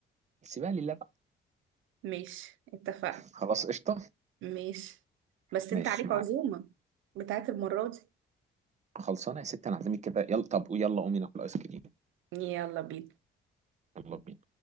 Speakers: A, on the right (about 35°); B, on the right (about 80°).
A: سيبها لله بقى
B: ماشي اتفقنا
A: خلاص قشطة
B: ماشي بس
A: ماشي
B: انت عليك
A: معاك
B: عزومه بتاعت المره دي
A: خلصانة يا ست أنا هعزمك كده يلا طب يلا قومي ناكل آيس كريم
B: يلا بينا
A: يلا بينا